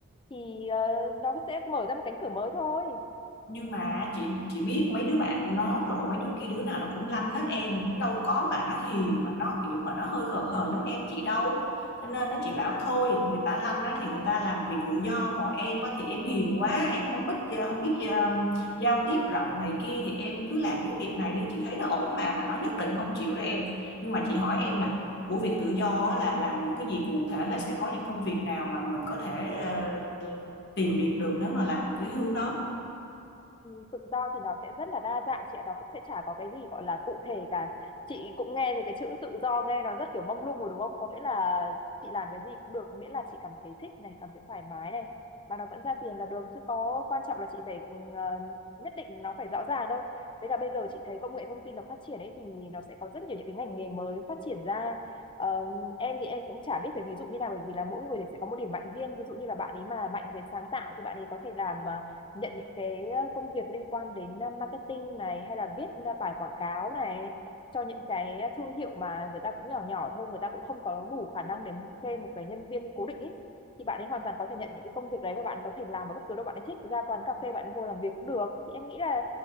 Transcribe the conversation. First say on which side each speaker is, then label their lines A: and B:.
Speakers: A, on the left; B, on the left.
A: thì ờ, nó sẽ mở ra một cánh cửa mới thôi
B: nhưng mà chị chị biết mấy đứa bạn của nó trộn mấy đứa kia đứa nào nó cũng lanh hết em đâu có mà nó hiền mà nó kiểu mà nó hơi khờ khờ giống em chị đâu cho nên nó chị bảo thôi người ta lanh á thì người ta làm việc tự do còn em á thì em hiền quá em không biết ờ, không biết um, giao tiếp rộng này kia thì em cứ làm cái việc này đi chị thấy nó ổn mà mà nó nhất định không chịu đó em nhưng mà chị hỏi em nè của việc tự do á là làm những cái gì cụ thể là sẽ có những công việc nào mà mình có thể ờ, tìm việc được nếu mà làm cái hướng đó
A: Ừ, Tự do thì nó sẽ rất là đa dạng chị ạ, nó cũng sẽ chả có cái gì gọi là cụ thể cả. Chị cũng nghe thì cái chữ tự do nghe nó rất kiểu mông lung rồi đúng không? Có nghĩa là chị làm cái gì cũng được, miễn là chị cảm thấy thích này, cảm thấy thoải mái này và nó vẫn ra tiền là được chứ có quan trọng là chị phải ừ, ờ, nhất định nó phải rõ ràng đâu. Với cả bây giờ chị thấy công nghệ thông tin nó phát triển ấy thì nó sẽ có rất nhiều những cái ngành nghề mới phát triển ra. Ờ, em thì em cũng chả biết phải ví dụ như nào bởi vì là mỗi người thì sẽ có một điểm mạnh riêng. Ví dụ như là bạn ấy mà mạnh về sáng tạo thì bạn ấy có thể làm ờ, nhận những cái ờ, công việc liên quan đến ờ, marketing này hay là viết ờ, bài quảng cáo này cho những cái ờ, thương hiệu mà người ta cũng nhỏ nhỏ thôi người ta cũng không có đủ khả năng để thuê một cái nhân viên cố định ý thì bạn ấy hoàn toàn có thể nhận những cái công việc đấy và bạn có thể làm ở bất cứ đâu bạn ấy thích ra quán cà phê bạn ấy ngồi làm việc cũng được thì em nghĩ là